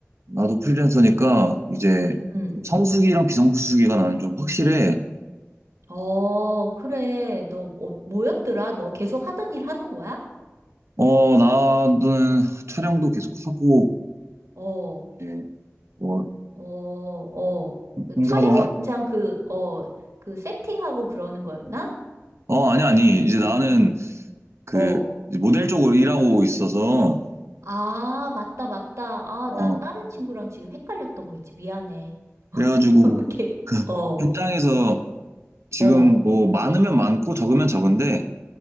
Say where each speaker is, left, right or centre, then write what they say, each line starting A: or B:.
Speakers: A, on the right; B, on the right.
A: 나도 프리랜서니까 이제
B: 응.
A: 좀 성수기랑 비성수기가 나는 좀 확실해.
B: 어, 그래. 너 어, 뭐였더라? 너 계속 하던 일 하는 거야?
A: 어, 나는 촬영도 계속 하고,
B: 어,
A: 이제 뭐
B: 어, 어. 그
A: 행사도
B: 촬영장
A: 하,
B: 그, 어, 그 세팅하고 그러는 거였나?
A: 어, 아니, 아니. 이제 나는 그
B: 어.
A: 이제 모델 쪽으로 일하고 있어서,
B: 아, 맞다, 맞다. 아,
A: 어,
B: 나 다른 친구랑 지금 헷갈렸던 거 있지. 미안해.
A: 그래가지고
B: <laughs> 오케이. 어.
A: 현장에서 지금
B: 어,
A: 뭐 많으면 많고 적으면 적은데